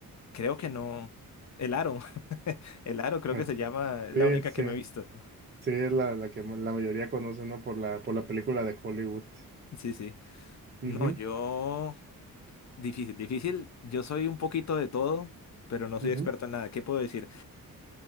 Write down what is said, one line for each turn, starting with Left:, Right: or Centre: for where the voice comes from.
Left: Creo que no. El Aro. <laughs> El Aro creo
Right: Bueno,
Left: que se llama, es
Right: sí,
Left: la única
Right: sí,
Left: que me he visto.
Right: Sí, es la, la que la mayoría conoce, ¿no? Por la, por la película de Hollywood.
Left: Sí, sí.
Right: Ujú,
Left: No, yo... Difícil, difícil. Yo soy un poquito de todo, pero no soy
Right: ujú,
Left: experto en nada. ¿Qué puedo decir?